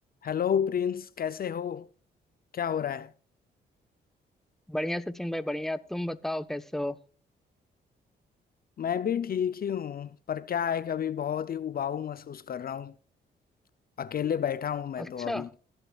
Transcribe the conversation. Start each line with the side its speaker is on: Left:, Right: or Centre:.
Left: Hello Prince कैसे हो क्या हो रहा है
Centre: बढ़िया सचिन भाई बढ़िया तुम बताओ कैसे हो
Left: मैं भी ठीक ही हूँ पर क्या है कि अभी बहुत ही उबाऊ महसूस कर रहा हूँ अकेले बैठा हूँ मैं
Centre: अच्छा
Left: तो अभी